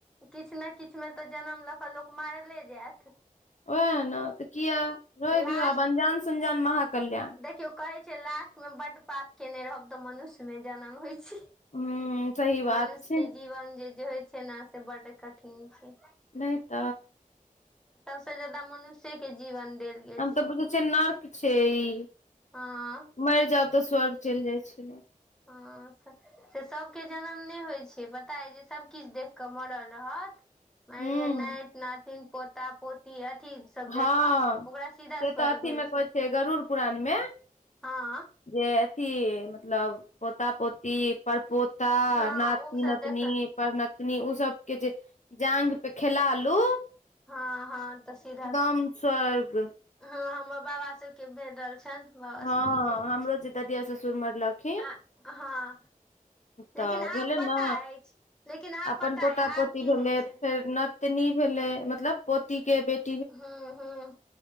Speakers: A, in the centre; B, on the left.
A: किछ ने किछ मे तऽ जन्म लऽ कऽ लोक मारले जैत।
B: उहाए ना तऽ किया रैह
A: लास्ट
B: दियौ आब अनजान सुनजान महा कल्याण।
A: देखियौ कहे छै लास्ट मे बड पाप केने रहब तऽ मनुष्य मे जन्म होय छै।
B: हूं सही बात
A: मनुष्य
B: छै
A: के जीवन जे-जे होय छै न से बड कठिन छै।
B: नै त
A: सबसे ज्यादा मनुष्य के जीवन देल गेल
B: हम
A: छै
B: तऽ बुझय छीयै नर्क छै ई
A: हँ
B: मैर जाउ तऽ स्वर्ग चैल जाय छै।
A: हां स से सबके जन्म नै होय छै पता ऐ जे सब किछ देख कऽ मरल रहत मैन
B: हूं
A: लिअ नैत-नातिन पोता पोती अथी सब
B: हँ
A: देख कऽ ओकरा सीधा
B: से
A: स्वर्ग
B: तऽ अथी
A: होय
B: मे
A: छै।
B: कहै गरुड़ पुराण मे
A: हां।
B: जे अथी मतलब पोता-पोती परपोता
A: हँ
B: नाति-नतनी
A: ओ सब देख
B: परनतनी उ सबके जे जांघ पे जे खेला लु
A: हां-हां त सीधा
B: हम स्वर्ग
A: हां हमरा बाबा सबके भेटल छैन। बाबा
B: हँ
A: सबके खैलयथिन
B: हमरो जे ददिया ससुर मरलखिन
A: आ हां
B: तऽ
A: लेकिन आब
B: भेलै
A: पता
B: ने
A: ऐछ लेकिन आब
B: अपन
A: पता
B: पोता
A: यै
B: पोती
A: आब केहेन
B: भेलै
A: छै?
B: फेर नतनी भेलय मतलब पोती के बेट
A: हां-हां